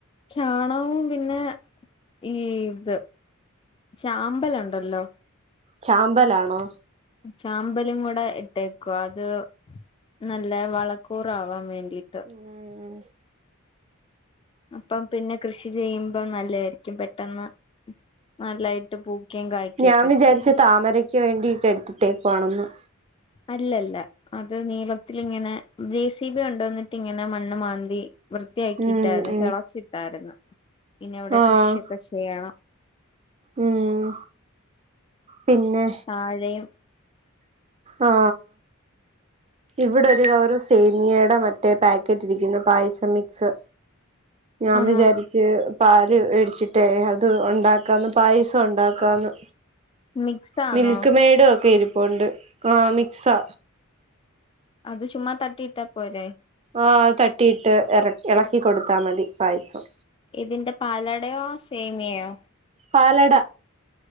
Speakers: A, on the left; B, on the right.
A: ചാണവും പിന്നെ ഈ ഇത് ചാമ്പലുണ്ടല്ലോ.
B: ചാമ്പലാണോ?
A: ചാമ്പലും കൂടെ ഇട്ടേക്കുവാ. അത് നല്ല വളക്കൂറാവാൻ വേണ്ടി. ഇട്ട്.
B: ഉം
A: അപ്പം പിന്നെ കൃഷി ചെയ്യുമ്പ നല്ലതായിരിക്കും പെട്ടെന്ന്. നല്ലായിട്ട് പൂക്കുകയും കായ്ക്കുകയൊക്കെ
B: ഞാൻ വിചാരിച്ച്
A: ചെയ്യും
B: താമരക്ക് വേണ്ടിട്ട് എടുത്തിട്ടേക്ക്വാണെന്ന്.
A: അല്ലല്ല. അത് നീളത്തിൽ ഇങ്ങനെ ജെസിബി ഉണ്ടോന്നിട്ട് ഇങ്ങനെ മണ്ണ് മാന്തി. വൃത്തിയാക്കിയിട്ടായിരുന്നു.
B: ഉം ഉം
A: കിളച്ചിട്ടായിരുന്നു. ഇനി അവിടെ
B: ആഹ്
A: കൃഷിയൊക്കെ ചെയ്യണം
B: ഉം പിന്നെ
A: താഴെയും.
B: ആ ഇവിടെ ഒരു കവറ് സേമിയയുടെ മറ്റേ പാക്കറ്റ് ഇരിക്കുന്നു പായസം മിക്സ്. ഞാൻ
A: ആണോ
B: വിചാരിച്ച് പാല് മേടിച്ചിട്ട് അത് ഉണ്ടാക്കാന്ന് പായസം ഉണ്ടാക്കാന്ന്.
A: മിക്സ് ആണോ
B: മിൽക്ക് മേഡു ഒക്കെ ഇരി പേണ്ട്. ആ മിക്സാ
A: അത് ചുമ്മാ തട്ടിയിട്ടാ പോരെ.
B: ആ അത് തട്ടിയിട്ട് ഇറക്കി ഇളക്കി കൊടുത്താൽ മതി പായസം
A: ഇതിന്റെ പാലാടയോ സേമിയയോ.
B: പാലട